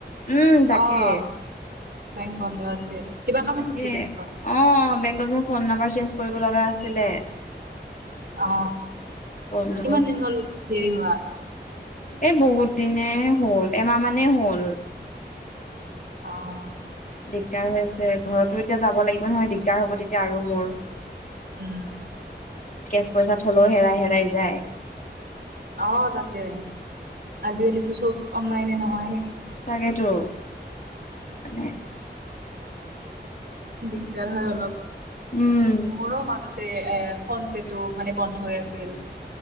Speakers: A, on the left (about 45°); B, on the right (about 55°).
A: উম' তাকে।
B: অ', বেংক বন্ধ আছে। কিবা কাম
A: তাকে।
B: আছে নেকি বেংকত?
A: অ বেংকত মোৰ ফোন নাম্বাৰ চেঞ্জ কৰিব লগা আছিলে।
B: অ
A: বন্ধ
B: কিমান দিন হ'ল দেৰি হোৱা?
A: এ' বহুত দিনে হ'ল এমাহ মানেই হ'ল।
B: অঁ।
A: দিগদাৰ হৈ আছে ঘৰতো এতিয়া যাব লাগিব নহয় দিগদাৰ হ'ব তেতিয়া আৰু মোৰ।
B: উম'।
A: কেচ পইচা থলেও হেৰাই হেৰাই যায়।
B: অঁহ তাকে। আজি কালি টো চ'ব অনলাইনে নহয়। সেইকাৰণে।
A: তাকেই তো। মানে-
B: দিগদাৰ হয় অলপ।
A: উম
B: মোৰো মাজতে- ফোন পে টো মানে বন্ধ হৈ আছিল।